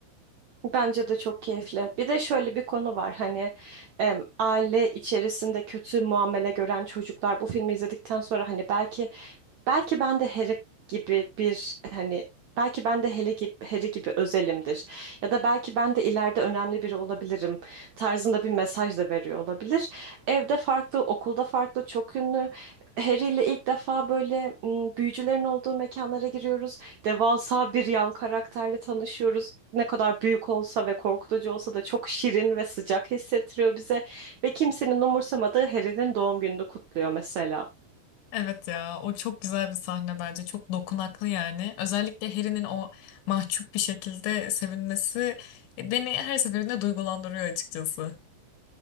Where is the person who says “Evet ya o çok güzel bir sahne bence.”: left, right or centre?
Left